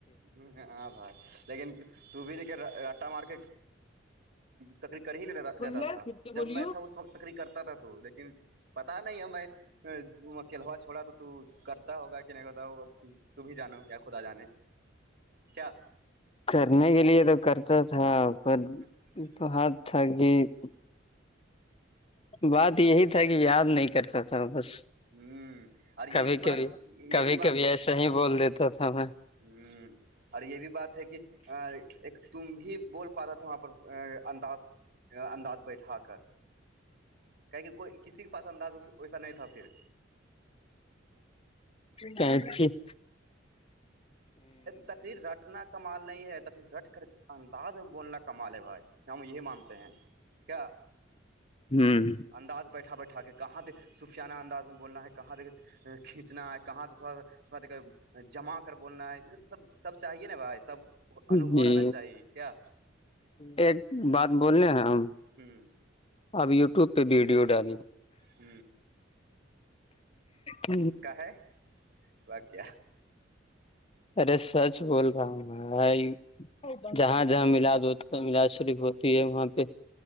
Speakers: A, on the right; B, on the left.
A: ہ ہاں بھائی لیکن ت بھی دیکھیے رٹا مارک تکری کر ہی لیتا
B: سے
A: تھا
B: بولیے
A: جب میں تھا اس وقت تکری کرتا تھا تو لیکن پتا نہیں ہے میں کلوا چھوڑا تو تو کرتا ہوگا کہ نہیں کرتا ہو ا تم ہی جانو یا خدا جانے کیا
B: کرنے کے لیے تو کرتا تھا پر
A: ہوں <unintelligible>
B: تو ہات تھا گ ہی <unintelligible> بات یہی تھا کہ یاد نہیں کرتا تھا بس
A: ہوں اور
B: کبھی
A: یہ بھی بات
B: کبھی کبھی
A: یہ بھی بات
B: کبھی
A: ہے
B: ایسا ہی بول دیتا تھا میں <unintelligible>
A: ہوں اور یہ بھی بات ہے کہ ایک تم ہی بول پا رہا تھا وہاں پر انداز انداز بیٹھا کر کہ کہہ کوئی کسی کے پاس انداز ویسا نہیں تھا پھر
B: کاچی <unintelligible>
A: تقریر رٹنا کمال نہیں ہے تقریر رٹ کر انداز میں بولنا کمال ہے بھائی ہم یہی مانتے ہیں کیا
B: ہوں
A: انداز بیٹھا بیٹھا کے کہاں د سوفیانہ انداز میں بولنا ہے کہاں د کھینچنا ہے کہاں تھوڑا تھوڑا د جمع کر بولنا ہے یہ سب سب سب چاہیے نا بھائی سب انوبو
B: جی
A: رہنا نا چاہیے کیا
B: ایک بات بولنے ہیں ہم
A: ہوں
B: اب یوٹیوب پہ ویڈیو ڈالی
A: ہ
B: ہ
A: کا ہے وقع <unintelligible>
B: ارے سچ بول رہا ہوں میںائی <unintelligible> جہاں جہاں میلاد ہو ملاد شریف ہوتی ہے وہاں پہ